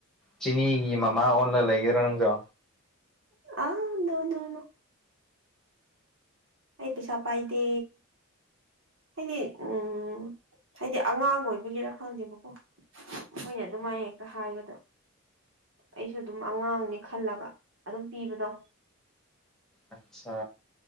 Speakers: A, in the centre; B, on the right.
A: ꯆꯤꯅꯤꯒꯤ ꯃꯃꯥ ꯑꯣꯟꯂ ꯂꯩꯒꯦꯔꯣ ꯅꯪꯖꯨ
B: ꯑꯥ ꯅꯣꯅꯣꯅꯣ ꯑꯩ ꯄꯩꯁꯥ ꯄꯥꯏꯗꯦ ꯍꯥꯏꯅꯦ ꯎꯝ ꯍꯥꯏꯗꯤ ꯑꯉꯥꯡ ꯑꯣꯏꯕꯒꯤꯔ ꯈꯪꯗꯦꯕꯀꯣ ꯃꯣꯏꯅ ꯑꯗꯨꯃꯥꯏ ꯍꯦꯛꯇ ꯍꯥꯏꯕꯗ ꯑꯩꯁꯨ ꯑꯗꯨꯝ ꯑꯉꯥꯡꯅꯤ ꯈꯜꯂꯒ ꯑꯗꯨꯝ ꯄꯤꯕꯗꯣ
A: ꯑꯠꯁꯥ